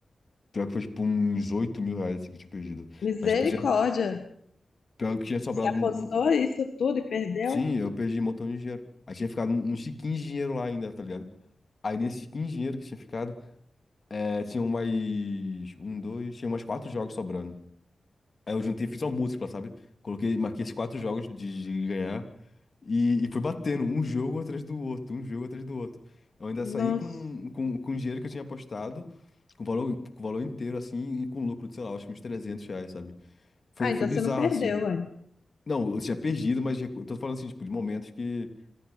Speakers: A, on the left; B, on the left.
A: Pior que foi tipo uns oito mil reais assim, que eu tinha perdido.
B: Misericórdia.
A: Mas tipo, tinha, pior que tinha sobrado
B: Você apostou
A: um, um- um,
B: isso tudo e perdeu?
A: Sim, eu perdi um montão de dinheiro. Aí tinha ficado um- uns 15 dinheiro lá ainda, tá ligado? Aí nesse 15 dinheiro que tinha ficado, é, tinham mais. Um, dois. Tinha mais quatro jogos sobrando. Aí eu juntei, fiz uma múltipla, sabe? Coloquei, marquei esses quatro jogos de, de ganhar. E, e fui batendo um jogo atrás do outro, um jogo atrás do outro. Eu ainda saí
B: Nossa.
A: com, com, com o dinheiro que eu tinha apostado, com o valor, com o valor inteiro, assim, e com lucro de, sei lá, acho que uns 300 reais, sabe? Foi,
B: Ah,
A: foi
B: então
A: bizarro,
B: você não perdeu,
A: assim.
B: ué.
A: Não, eu tinha perdido, mas eu tô falando assim, tipo, de momentos que.